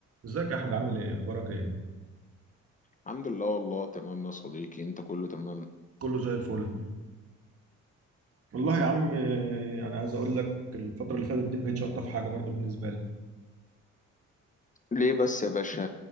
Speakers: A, on the right; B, on the left.
A: ازيك يا احمد عامل ايه اخبارك ايه
B: الحمد لله والله تمام يا صديقي انت كله تمام
A: كله زي الفل والله يا عم آه، انا عايز اقول لك الفتره اللي فاتت دي ما كانتش الطف حاجه برضو بالنسبه لي
B: ليه بس يا باشا